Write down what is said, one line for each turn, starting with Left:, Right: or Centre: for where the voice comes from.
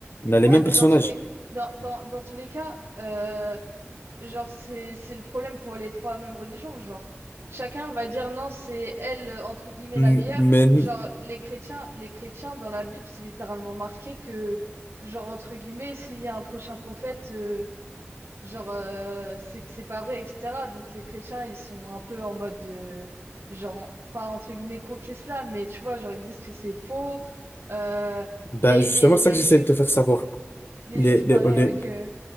Left: On a les
Right: Ouais,
Left: mêmes
Right: mais
Left: personnages.
Right: dans tous les, dans, dans, dans tous les cas, euh, genre, c'est, c'est le problème pour les trois mêmes religions. Genre, chacun va dire non, c'est elle, euh, entre guillemets,
Left: Mm,
Right: la meilleure.
Left: Mais
Right: Genre, les chrétiens, les chrétiens, dans la Bible, c'est littéralement marqué que, genre, entre guillemets, s'il y a un prochain prophète, euh, Genre, euh, c'est que c'est pas vrai, etc. Donc les chrétiens, ils sont un peu en mode, de- genre, pas entre guillemets contre l'islam, mais tu vois, genre, ils disent que c'est faux. Euh,
Left: bah
Right: les,
Left: justement,
Right: les,
Left: c'est
Right: les
Left: ça que j'essaie
Right: juifs,
Left: de te faire savoir.
Right: les
Left: les
Right: juifs,
Left: les
Right: pareil avec... euh,